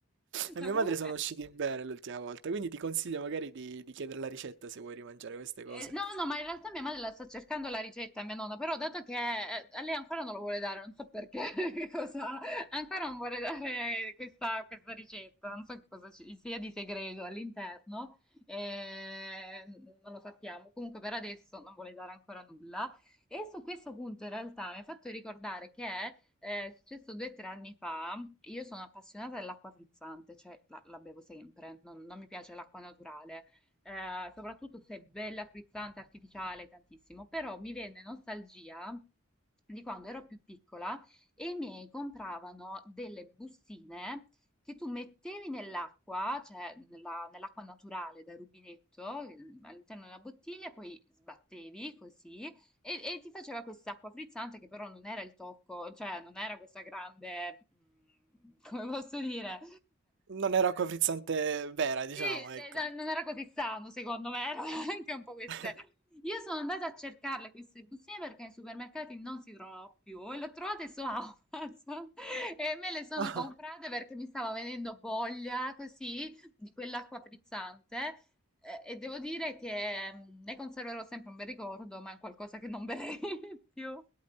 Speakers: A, on the right; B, in the centre.
A: a
B: No,
A: mia
B: comunque,
A: madre sono usciti bene l'ultima volta, quindi ti consiglio magari di, di chiedere la ricetta se vuoi rimangiare queste cose.
B: Eh, no, no, ma in realtà mia madre la sta cercando la ricetta, mia nonna, però dato che eh, a lei ancora non lo vuole dare, non so perché, <laughs> che cosa, ancora non vuole dare questa, questa ricetta, non so che cosa ci sia di segreto all'interno, eh, non lo sappiamo, comunque per adesso non vuole dare ancora nulla. E su questo punto in realtà mi ha fatto ricordare che eh, è successo due o tre anni fa, io sono appassionata dell'acqua frizzante, cioè la, la bevo sempre, non non mi piace l'acqua naturale eh, soprattutto se è bella, frizzante, artificiale, tantissimo, però mi venne nostalgia di quando ero più piccola e i miei compravano delle bustine che tu mettevi nell'acqua, cioè nella- nell'acqua naturale da rubinetto, eh, all'interno di una bottiglia, poi sbattevi così e, e ti faceva quest'acqua frizzante che però non era il tocco, cioè non era questa grande, mm, come posso dire,
A: Non era acqua frizzante vera, diciamo,
B: sì,
A: ecco.
B: beh, no, non era così sano, secondo me, <laughs> erano anche un po' queste.
A: <laughs>
B: Io sono andata a cercarle queste bustine perché nei supermercati non si trovano più e le ho trovate su Amazon <laughs> e me le sono
A: Ah,
B: comprate perché mi stava venendo voglia così di quell'acqua frizzante eh, e devo dire che mm, ne conserverò sempre un bel ricordo, ma è qualcosa che non berrei <laughs> più.